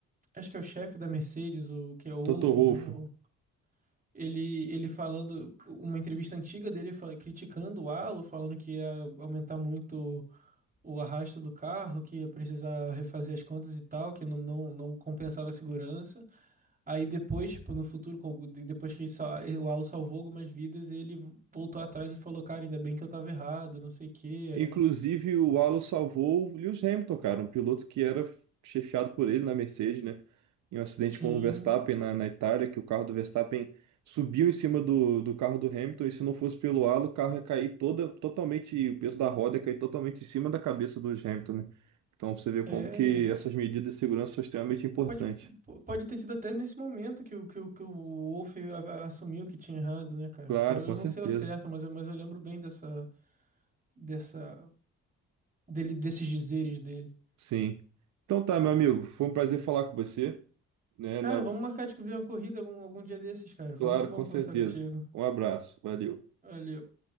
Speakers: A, on the right; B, on the right.
A: Acho que é o chefe da Mercedes, o, que é o
B: Toto
A: Wolff,
B: Wolff.
A: né? O- ele, ele falando. Uma entrevista antiga dele fa- criticando o Alan, falando que ia aumentar muito o arrasto do carro, que ia precisar refazer as contas e tal, que não, não, não compensava a segurança. Aí depois, tipo, no futuro, com- de- depois que ele sa- o Alu salvou algumas vidas, ele voltou atrás e falou, cara, ainda bem que eu tava errado, não sei o quê.
B: Inclusive,
A: é.
B: o Alonso salvou o Lewis Hamilton, cara, um piloto que era chefiado por ele na Mercedes, né? Em um acidente
A: Sim,
B: com o Verstappen na, na Itália, que o carro do Verstappen subiu em cima do, do carro do Hamilton, e se não fosse pelo halo, o carro ia cair toda, totalmente, o peso da roda ia cair totalmente em cima da cabeça do Hamilton, né? Então você vê
A: é.
B: como que
A: em-
B: essas medidas de segurança são extremamente importantes.
A: Pode, po- pode ter sido até nesse momento que, o- que, o- que o Wolf a- a- assumiu que tinha errado, né, cara?
B: Claro,
A: Eu,
B: com
A: eu não
B: certeza.
A: sei ao certo, mas, eu- mas eu lembro bem dessa, dessa, dele, desses dizeres dele.
B: Sim. Então tá, meu amigo, foi um prazer falar com você, né?
A: Cara,
B: Na-
A: vamos marcar de ver uma corrida algum, algum dia desses, cara.
B: Claro,
A: Foi muito bom
B: com certeza.
A: conversar contigo.
B: Um abraço, valeu.
A: Valeu.